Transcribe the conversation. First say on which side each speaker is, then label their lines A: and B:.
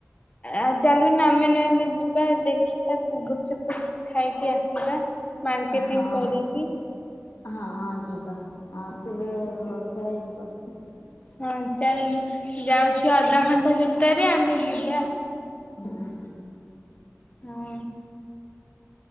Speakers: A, on the left (about 30°); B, on the left (about 75°).
A: ଆ ଚାଲୁନୁ ଆମେ ନହେଲେ ଯିବା ଦେଖିବା ଗୁପ୍ ଚୁପ୍, ଫୁପ୍ ଚୁପ୍ ଖାଇକି ଆସିବା। ମା୍କେଟିଙ୍ଗ
B: ହଁ
A: କରି କି।
B: ହଁ ଯିବା ଆସିଲେ ଘରକୁ ଆଇ ଯିବା।
A: ହଁ ଚାଲୁନୁ ଯାଉଛି ଅଧଘଣ୍ଟେ ଭିତରେ ଆମେ ଯିବା।
B: ହୁଁ।
A: ହଁ